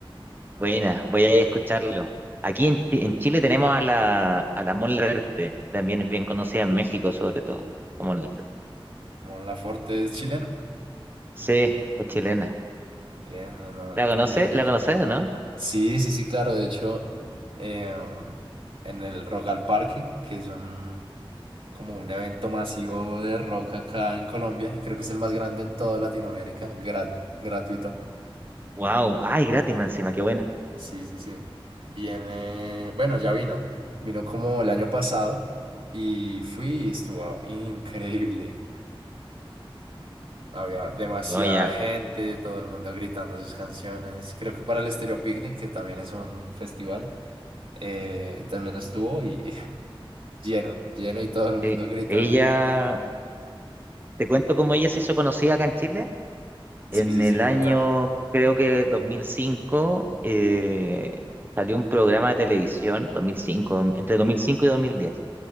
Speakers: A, on the right; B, on the right.
A: buena, voy a ir a escucharlo. Aquí en, Chi- en Chile tenemos a la, a la Mon Laferte, también es bien conocida en México, sobre todo. como Mon Laferte.
B: Mon Laferte es chilena.
A: Sí, es chilena.
B: Bien, no, no,
A: ¿La
B: no tenía
A: conoces?
B: idea.
A: ¿La conoces o no?
B: Sí, sí, sí, claro. De hecho, em, en el Rock al Parque, que es un, como un evento masivo de rock acá en Colombia, y creo que es el más grande en toda Latinoamérica, grat- gratuito.
A: Wow, ay, gratis más encima, qué bueno.
B: Sí, sí, sí. Viene, bueno, ya vino. Vino como el año pasado y fui y estuvo increíble. Había demasiada
A: No, ya,
B: gente, todo el mundo gritando sus canciones. Creo que para el Estéreo Picnic, que también es un festival, eh, también estuvo y <laughs> Lleno, lleno y todo el mundo
A: sí.
B: gritando
A: Ella,
B: y cantando.
A: te cuento cómo ella se hizo conocida acá en Chile.
B: Sí,
A: En
B: sí, sí,
A: el
B: cuéntame.
A: año, creo que 2005, eh, salió un programa de televisión, 2005 entre 2005 y 2010